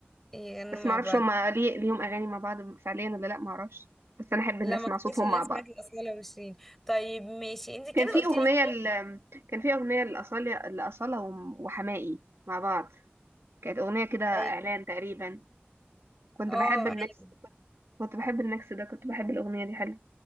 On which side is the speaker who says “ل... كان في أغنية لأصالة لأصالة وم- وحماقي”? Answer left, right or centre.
Right